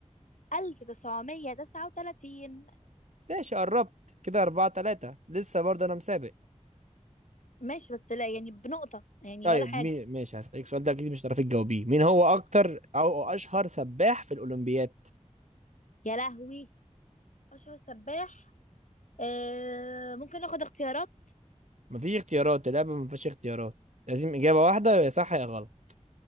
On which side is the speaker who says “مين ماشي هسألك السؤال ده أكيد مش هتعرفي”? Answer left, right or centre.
Right